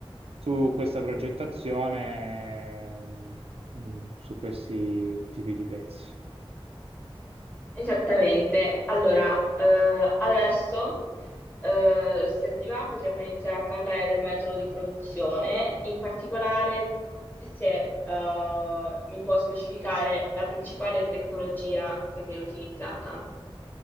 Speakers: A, on the right (about 80°); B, on the left (about 20°).
A: su questa progettazione, mh, su questi tipi di pezzi.
B: Esattamente. Allora, eh, adesso, eh, se ti va, potremmo iniziare a parlare del metodo di produzione, in particolare se, eh, mi può specificare la principale tecnologia che viene utilizzata.